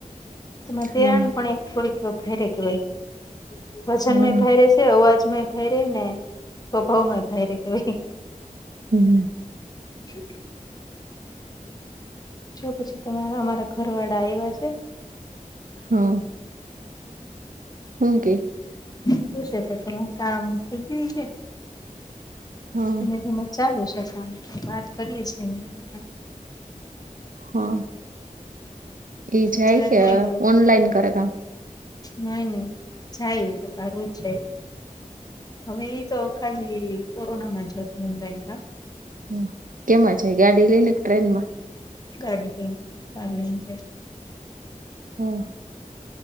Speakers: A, on the left; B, on the right.
A: તો
B: હા
A: તેરાણી પણ એક <unintelligible> થોડી કે ભહેરે કે, ભય
B: હા
A: વજનમાં ભહેરે છે. અવાજમાં ફેરે ને, સ્વભાવમાંય ફેરે કે.
B: હમ.
A: જ. જો પછી તમારે અમારા ઘર વાળા આવ્યા છે.
B: હા. હું કે
A: હમ પછી છે, તો કામ થઈ ગયું છે.
B: હા
A: જ ચાલુ છે, સા વાત કરીએે છીએ.
B: હા, એ જાય
A: જરાક
B: કે,
A: નહી રહો
B: ઓનલાઈન કરે?
A: નહી, નહી જાય, એ તો સારવું જ જાય. હવે એ તો ખાલી કોરોના માં જ હતું, એ લોકા
B: હ કેમાં છે, ગાડી લઈને કે, ટ્રેન માં.
A: ગાડી ચાલી છે.
B: હમ.